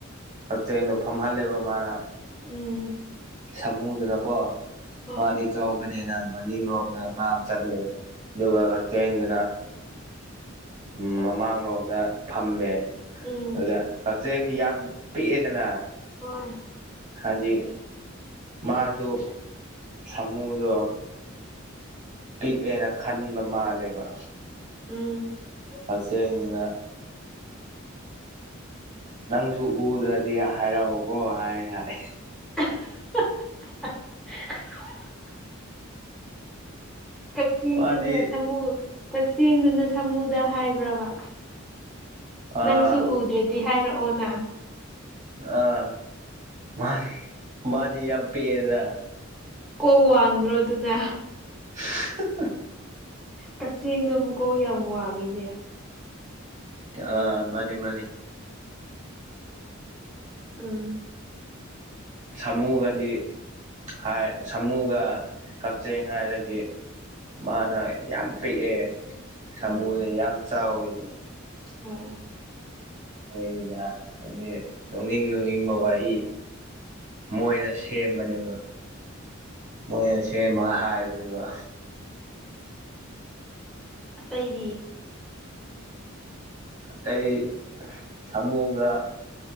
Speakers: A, on the right; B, in the centre.
A: ꯀꯛꯆꯦꯡꯗꯣ ꯐꯝꯍꯜꯂꯦꯕ ꯃꯥꯅ
B: ꯎꯝ
A: ꯁꯃꯨꯗꯨꯅꯀꯣ
B: ꯍꯣꯏ
A: ꯃꯥꯗꯤ ꯆꯥꯎꯕꯅꯦꯅ ꯃꯅꯤꯡ ꯔꯣꯝꯗ ꯃꯥ ꯆꯠꯂꯦ ꯑꯗꯨꯒ ꯀꯛꯆꯦꯡꯗꯨꯅ ꯎꯝ ꯃꯃꯥꯡꯂꯣꯝꯗ ꯐꯝꯃꯦ
B: ꯎꯝ
A: ꯑꯗꯨꯗ ꯀꯛꯆꯦꯡꯗꯤ ꯌꯥꯝ ꯄꯤꯛꯑꯦꯗꯅ
B: ꯍꯣꯏ
A: ꯍꯥꯏꯗꯤ ꯃꯥꯁꯨ ꯁꯥꯃꯨꯗꯣ ꯄꯤꯛꯑꯦꯅ ꯈꯟꯕ ꯃꯥꯜꯂꯦꯕ
B: ꯎꯝ
A: ꯄꯠꯆ ꯑꯪꯅꯅꯥ ꯅꯪꯁꯨ ꯎꯗ꯭ꯔꯗꯤ ꯍꯥꯏꯔꯛꯑꯣꯀꯣ ꯍꯥꯏ ꯍꯥꯏ
B: <unintelligible> ꯀꯛꯆꯤꯡꯅ
A: ꯃꯥꯗꯤ
B: ꯊꯃꯨ ꯀꯛꯆꯦꯡꯗꯨꯅ ꯁꯥꯃꯨꯗ ꯍꯥꯏꯕ꯭ꯔꯕ
A: ꯑꯥ
B: ꯅꯪꯁꯨ ꯎꯗ꯭ꯔꯗꯤ ꯍꯥꯏꯔꯛꯑꯣꯅ
A: ꯑꯥ ꯃꯥꯔꯤ ꯃꯥꯔꯤ ꯌꯥꯝ ꯄꯤꯑꯦꯗ
B: ꯀꯣꯛ ꯋꯥꯡꯗ꯭ꯔꯣ ꯑꯗꯨꯅ
A: <unintelligible>
B: ꯀꯛꯆꯤꯡꯗꯣ ꯃꯨꯀꯣꯛ ꯌꯥꯝ ꯋꯥꯡꯉꯤꯅꯦ
A: ꯑ ꯃꯥꯅꯤ ꯃꯥꯅꯤ
B: ꯎꯝ
A: ꯁꯥꯃꯨꯒꯗꯤ ꯍꯥꯏ ꯁꯥꯃꯨꯒ ꯀꯛꯆꯤꯡ ꯍꯥꯏꯔꯗꯤ ꯃꯥꯅ ꯌꯥꯝ ꯄꯤꯛꯑꯦ ꯁꯥꯃꯨꯅ
B: ꯎꯝ
A: ꯌꯥꯝ ꯆꯥꯎꯋꯤꯗꯅ
B: ꯍꯣꯏ
A: ꯍꯅꯤꯗ ꯍꯥꯏꯗꯤ ꯅꯣꯡꯅꯤꯡ ꯅꯣꯡꯅꯤꯡꯕ ꯋꯥꯔꯤ ꯃꯣꯏꯅ ꯁꯦꯝꯕꯅꯦꯕ ꯃꯣꯏꯅ ꯁꯦꯝꯃꯒ ꯍꯥꯏꯕꯅꯦꯕ
B: ꯑꯇꯩꯗꯤ
A: ꯑꯇꯩ ꯁꯃꯨꯒ